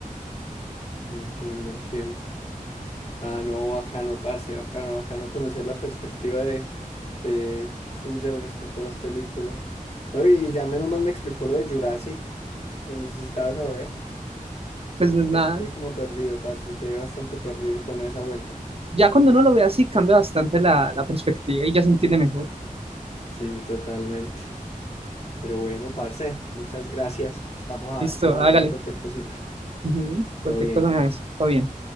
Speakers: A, on the left (about 45°); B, on the right (about 45°).
A: Entiendo, entiendo. Ah, no, bacano, parce, bacano, bacano conocer la perspectiva de, de suya respecto a las películas. No, y, y ya menos mal me explicó lo de Jurassic. Lo necesitaba saber.
B: pues no es
A: Que
B: nada.
A: se quedé como perdido, parce, quedé bastante perdido con esa vuelta.
B: Ya cuando uno lo ve así, cambia bastante la, la perspectiva y ya se entiende mejor.
A: Sí, totalmente. Pero bueno, parce, muchas gracias. Estamos,
B: Listo,
A: a- estamos hablando
B: hágale.
A: de cualquier cosita.
B: Ujú. Cualquier
A: Todo bien.
B: cosa me avisa, todo bien.